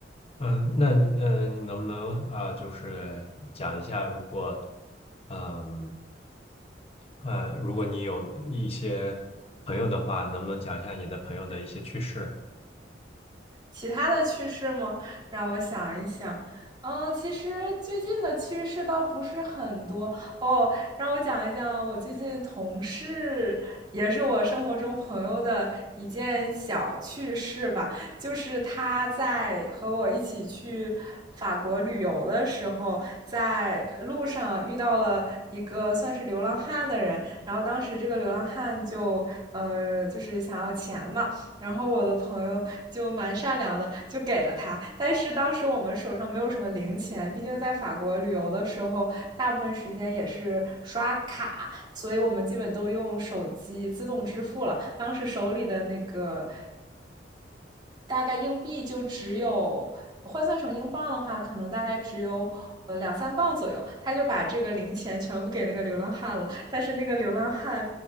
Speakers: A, on the left; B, on the right.
A: 嗯，那你呃，你能不能啊、呃就是讲一下，如果嗯呃，如果你有一些朋友的话，能不能讲一下你的朋友的一些趣事？
B: 其他的趣事吗？让我想一想。嗯，其实最近的趣事倒不是很多哦。让我讲一讲我最近同事，也是我生活中朋友的一件小趣事吧。就是他在和我一起去法国旅游的时候，在路上遇到了一个算是流浪汉的人，然后当时这个流浪汉就呃就是想要钱嘛，然后我的朋友就蛮善良的，就给了他。但是当时我们手上没有什么零钱，毕竟在法国旅游的时候，大部分时间也是刷卡，所以我们基本都用手机自动支付了。当时手里的那个大概硬币就只有换算成英镑的话，可能大概只有呃两三磅左右。他就把这个零钱全部给那个流浪汉了，但是那个流浪汉